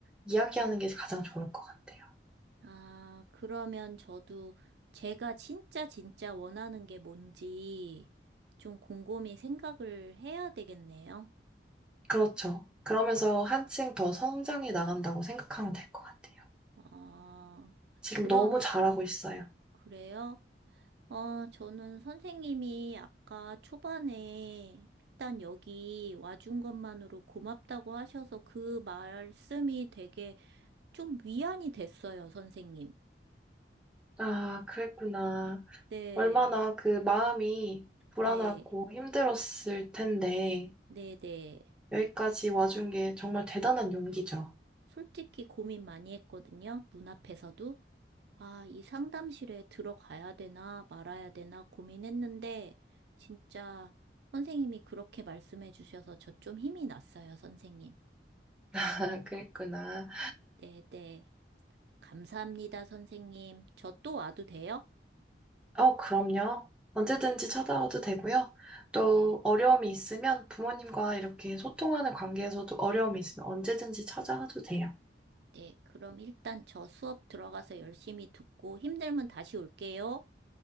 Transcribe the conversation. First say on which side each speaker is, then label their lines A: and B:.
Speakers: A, in the centre; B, on the right (about 65°).
A: 이야기하는 게 가장 좋을 것 같아요.
B: 아, 그러면 저도 제가 진짜 진짜 원하는 게 뭔지 좀 곰곰이 생각을 해야 되겠네요.
A: 그렇죠. 그러면서 한층 더 성장해 나간다고 생각하면 될 것 같아요.
B: 아,
A: 지금
B: 그럼,
A: 너무 잘하고 있어요.
B: 그래요? 어, 저는 선생님이 아까 초반에 일단 여기 와준 것만으로 고맙다고 하셔서 그 말씀이 되게 좀 위안이 됐어요, 선생님.
A: 아, 그랬구나.
B: 네,
A: 얼마나 그 마음이 불안하고
B: 네,
A: 힘들었을 텐데
B: 네, 네.
A: 여기까지 와준 게 정말 대단한 용기죠.
B: 솔직히 고민 많이 했거든요. 문 앞에서도. 아, 이 상담실에 들어가야 되나 말아야 되나 고민했는데, 진짜 선생님이 그렇게 말씀해 주셔서 저 좀 힘이 났어요, 선생님.
A: <laughs> 그랬구나.
B: 네, 네. 감사합니다, 선생님. 저 또 와도 돼요?
A: 어, 그럼요. 언제든지
B: 네,
A: 찾아와도 되고요. 또
B: 네,
A: 어려움이 있으면 부모님과 이렇게 소통하는 관계에서도 어려움이 있으면 언제든지 찾아와도 돼요.
B: 네. 그럼 일단 저 수업 들어가서 열심히 듣고 힘들면 다시 올게요.